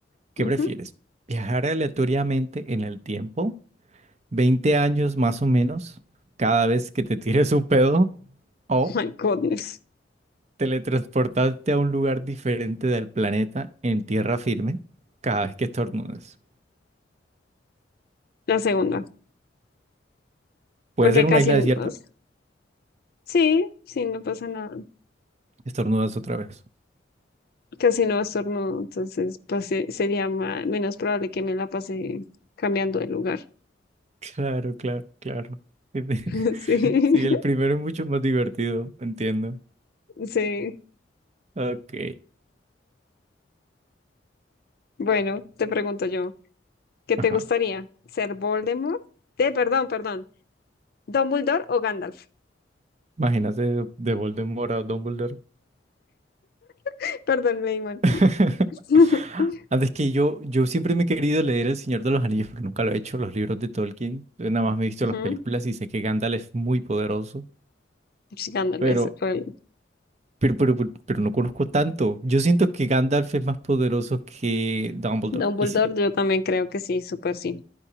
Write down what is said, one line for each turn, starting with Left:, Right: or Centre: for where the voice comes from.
Right: ¿qué
Left: ujú.
Right: prefieres? ¿Viajar aleatoriamente en el tiempo? 20 años más o menos cada vez que te tires un pedo? ¿O
Left: <laughs> My goodness.
Right: Teletransportarte a un lugar diferente del planeta en tierra firme cada vez que estornudas.
Left: La segunda.
Right: Puede
Left: Porque
Right: ser una
Left: casi,
Right: isla
Left: n-
Right: desierta.
Left: o sea, sí, sí, no pasa nada.
Right: Estornudas otra vez.
Left: Casi no estornudo, entonces pues, se- sería ma- menos probable que me la pase cambiando de lugar.
Right: Claro, claro, claro. <laughs>
Left: <laughs> Sí,
Right: Sí, el primero es mucho más divertido, entiendo.
Left: <laughs> sí.
Right: Ok.
Left: Bueno, te pregunto yo, ¿qué
Right: Ajá.
Left: te gustaría? ¿Ser Voldemort? Eh, perdón, perdón. ¿Dumbledore o Gandalf?
Right: Imagínate de, Voldemort a Dumbledore.
Left: <laughs> Perdón, leí mal. <laughs>
Right: <laughs> Antes que yo, yo siempre me he querido leer El Señor de los Anillos, pero nunca lo he hecho, los libros de Tolkien. Yo nada más me he visto
Left: Ujú,
Right: las películas y sé que Gandalf es muy poderoso,
Left: sí, Gandalf
Right: pero
Left: es el-
Right: Pero, pero, pero, pero no conozco tanto. Yo siento que Gandalf es más poderoso que Dumbledore.
Left: Dumbledore,
Right: Y sí,
Left: yo también creo que sí, súper sí.